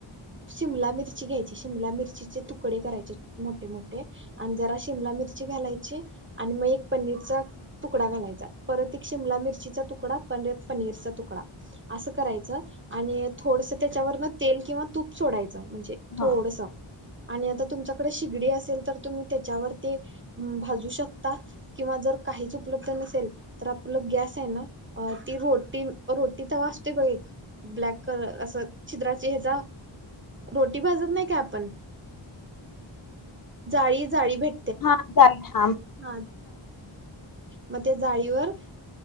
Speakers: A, on the right (about 25°); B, on the left (about 45°).
A: शिमला मिरची घ्यायची शिमला मिरचीचे तुकडे करायचे मोठे मोठे आणि जरा शिमला मिरची घालायची आणि मग एक पनीरचा तुकडा घालायचा परत एक शिमला मिरचीचा तु तुकडा पनीर पनीरचा तुकडा असं करायचं आणि थोडसं त्याच्यावरन तेल किंवा तूप सोडायचं. म्हणजे थोडसं
B: हा
A: आणि आता तुमच्याकडे शिगडी असेल तर तुम्ही त्याच्यावरती भाजू शकता किंवा जर काहीच उपलब्ध नसेल तर आपलं गॅस आहे ना. अ ती रोटी रोटी तर वाजतेय बघ एक ब्लॅक कलर अस छिद्राची हचा रोटी भाजत नाही का आपण जाळी जाळी भेट -
B: हा चालेल.
A: हा मग त्या जाळीवर